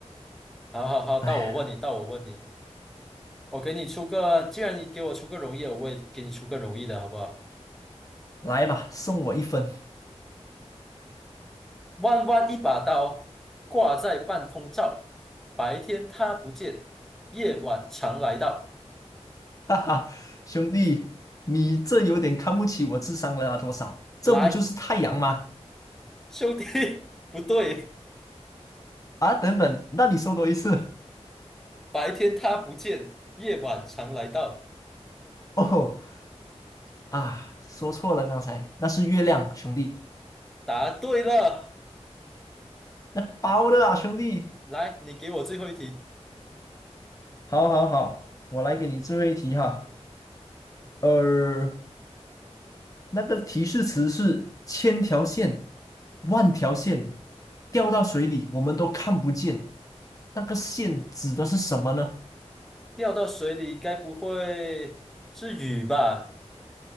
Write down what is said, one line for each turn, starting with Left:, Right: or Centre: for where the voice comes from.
Centre: 好好好，
Left: 哎呀，
Centre: 到我问你，到我问你，我给你出个，既然你给我出个容易的我也给你出个容易的，好不好？
Left: 来吧，送我一分，
Centre: 弯弯一把刀，挂在半空照，白天它不见，夜晚常来到。
Left: <laughs> 哈哈，兄弟，你这有点看不起我智商了啊？多少？这不就是太阳吗？
Centre: 来，兄弟，<laughs> 不对，
Left: 啊，等等，那你说多一次
Centre: 白天它不见，夜晚常来到。
Left: <laughs> 哦啊，说错了，刚才那是月亮，兄弟。
Centre: 答对了，
Left: 那包的啊，兄弟，
Centre: 来，你给我最后一题。
Left: 好，好，好，我来给你最后一题哈。呃，那个提示词是千条线、万条线，掉到水里我们都看不见。那个线指的是什么呢？
Centre: 掉到水里该不会是雨吧？